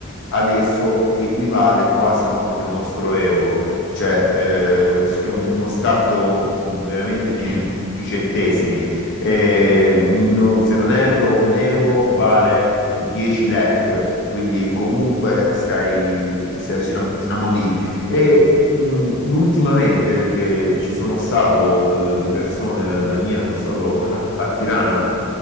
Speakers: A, on the left; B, on the right.
A: adesso equivale quasi quanto il nostro euro, cioè
B: sì.
A: eh, c'è uno scarto mh, veramente di,
B: Minimo.
A: di pochi centesimi. Eh,
B: Sì,
A: no- se non erro, un euro vale 10 lek, quindi comunque sai- sia-
B: sì.
A: siamo, siamo lì. E mh, Ultimamente che ci sono stato eh, di persone in Albania, sono stato
B: Ah-ah.
A: a Tirana.